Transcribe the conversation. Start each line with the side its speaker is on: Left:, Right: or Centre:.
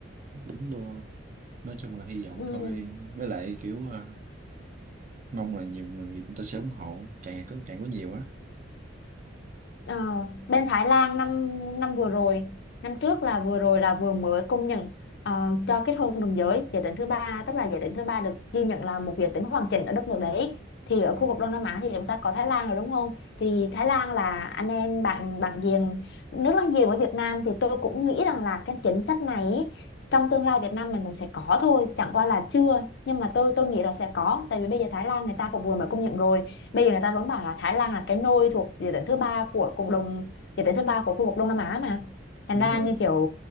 Right: đúng luôn nói chung là hy vọng
Left: ừ.
Right: thôi với lại kiểu à, mong là nhiều người người ta sẽ ủng hộ càng ngày có càng có nhiều á
Left: ờ. bên Thái Lan năm năm vừa rồi năm trước là vừa rồi là vừa mới công nhận ờ, cho kết hôn đồng giới giới tính thứ ba tức là giới tính thứ ba được ghi nhận là một giới tính hoàn chỉnh ở đất nước đấy thì ở
Right: ờ
Left: khu vực Đông Nam Á thì chúng ta có Thái Lan rồi đúng không thì Thái Lan là anh em bạn bạn giềng nước láng giềng với Việt Nam thì tôi cũng nghĩ rằng là cái chính sách này ý, trong tương lai Việt Nam mình cũng sẽ có thôi chẳng qua là chưa nhưng mà tôi tôi nghĩ là sẽ có tại vì bây giờ Thái Lan người ta cũng vừa mới công nhận rồi bây giờ người ta vẫn bảo là Thái Lan là cái nôi thuộc địa tỉnh thứ ba của cộng đồng địa tỉnh thứ ba của khu vực Đông Nam Á mà thành
Right: đúng
Left: ra
Right: rồi
Left: như kiểu